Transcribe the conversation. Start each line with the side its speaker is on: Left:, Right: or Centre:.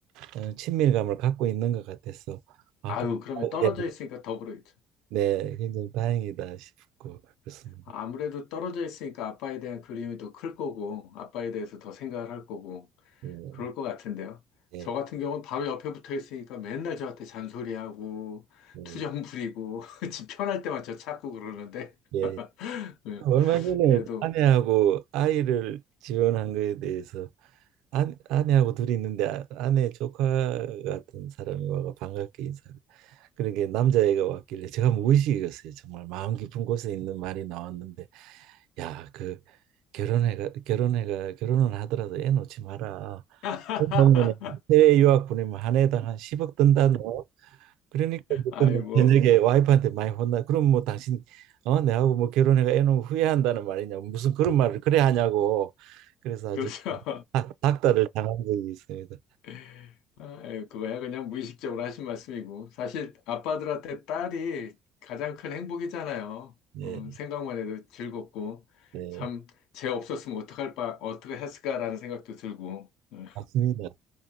Right: 어, 친밀감을 갖고 있는 것 같아서 아,
Left: 아유,
Right: 그,
Left: 그러면 떨어져
Right: 예,
Left: 있으니까 더 그러겠죠.
Right: 네, 굉장히 다행이다 싶고 그렇습니다.
Left: 아무래도 떨어져 있으니까 아빠에 대한 그림이 더 클 거고, 아빠에 대해서 더 생각을 할 거고,
Right: 음,
Left: 그럴 것 같은데요.
Right: 예,
Left: 저 같은 경우는 바로 옆에 붙어 있으니까 맨날 저한테 잔소리하고,
Right: 음,
Left: 투정 부리고, <laughs> 집 편할 때만 저 찾고 그러는데,
Right: 예,
Left: <laughs> 네,
Right: 얼마 전에
Left: 그래도.
Right: 아내하고 아이를 지원한 거에 대해서 아, 아내하고 둘이 있는데 아- 아내 조카 같은 사람이 와가 반갑게 인사를 그런 게 남자애가 왔길래 제가 무의식이었어요. 정말 마음 깊은 곳에 있는 말이 나왔는데 야, 그 결혼해가 결혼해가 결혼은 하더라도 애 놓지 마라.
Left: <laughs>
Right: 보면 해외 유학 보내면 한 해당 한 10억 든다 너. 그러니까
Left: 아이고,
Right: 그날 저녁에 와이프한테 많이 혼나. 그럼 뭐 당신 어 내하고 뭐 결혼해가 애 놓으면 후회한다는 말이냐. 무슨 그런 말을 그래 하냐고. 그래서
Left: 그렇죠.
Right: 아주 닭, 닭다를 당한 적이 있습니다.
Left: <laughs> 아유, 그거야 그냥 무의식적으로 하신 말씀이고. 사실 아빠들한테 딸이 가장 큰 행복이잖아요.
Right: 예,
Left: 어, 생각만 해도 즐겁고.
Right: 네,
Left: 참, 쟤 없었으면 어떡할 바, 어떻게 했을까라는 생각도 들고. 어,
Right: 맞습니다.